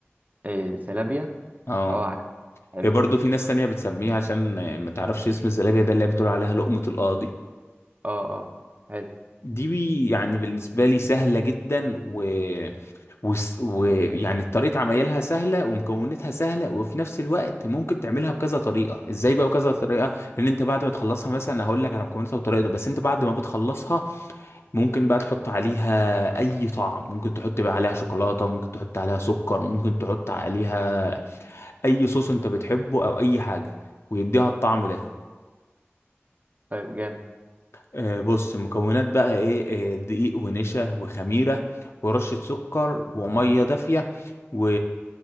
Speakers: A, on the right (about 35°); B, on the left (about 70°).
A: آه زلابية
B: اه
A: أه عارف. حلو
B: هي برضه في ناس تانية بتسميها عشان آه، ما تعرفش اسم الزلابية ده اللي هي بتقول عليها لقمة القاضي
A: أه أه حلو
B: دي بي- يعني بالنسبة لي سهلة جدا و... و... و... يعني طريقة عمايلها سهلة ومكوناتها سهلة وفي نفس الوقت ممكن تعملها بكذا طريقة ازاي بقى بكذا طريقة ان انت بعد ما تخلصها مثلا هقول لك على مكوناتها وطريقتها بس انت بعد ما بتخلصها ممكن بقى تحط عليها اي طعم ممكن تحط بقى عليها شوكولاتة ممكن تحط عليها سكر ممكن تحط عليها اي صوص انت بتحبه او اي حاجه ويديها الطعم ده
A: طيب جامد
B: آه، بص المكونات بقى ايه آه، دقيق ونشا وخميره ورشه سكر وميه دافيه و...